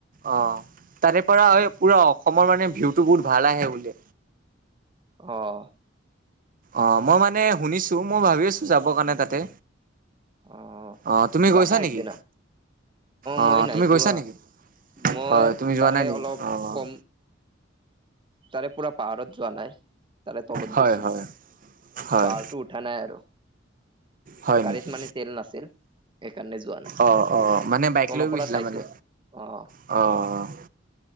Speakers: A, on the right; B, on the right.
A: অ' তাৰে পৰা পুৰা অসমৰ মানে ভিউটো বহুত ভাল আহে বোলে।
B: অ'।
A: অ' মই মানে শুনিছো মই ভাবি আছো যাবৰ কাৰণে তাতে।
B: অ
A: অ' তুমি
B: যাবা
A: গৈছা নেকি?
B: একদিনা
A: অ'
B: মই নাই
A: তুমি
B: যোৱা
A: গৈছা নেকি?
B: মই
A: হয় তুমি যোৱা
B: তাৰে
A: নাই নেকি
B: অলপ
A: অ'।
B: কম তাৰে পুৰা পাহাৰত যোৱা নাই, তাৰে তলত
A: হয়
B: গৈছিলো।
A: হয় হয়
B: পাহাৰটো উঠা নাই আৰু
A: হয়
B: গাড়ীত
A: নেকি?
B: মানে তেল নাছিল। সেইকাৰণে যোৱা নাই
A: অ' অ' মানে বাইক
B: তলৰ
A: লৈ গৈছিলা
B: পৰা চাইছো।
A: মানে?
B: অ'।
A: অ'।